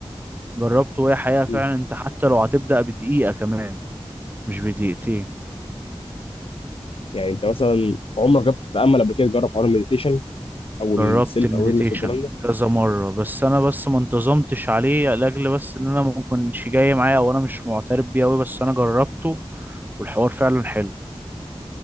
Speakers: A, on the right; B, on the left.
A: جربته وهي حقيقة
B: مم.
A: فعلا أنت حتى لو هتبدأ بدقيقة كمان مش بدقيقتين
B: يعني انت مثلا عمرك جربت تتامل قبل كده تجرب حوار المديتيشن او
A: جربت
B: السيلف
A: المديتيشن
B: اويرنس والكلام ده
A: كذا مرة بس أنا بس ما انتظمتش عليه لأجل بس إن أنا ما كنتش جاي معايا أو أنا مش معترف بيه أوي بس أنا جربته والحوار فعلا حلو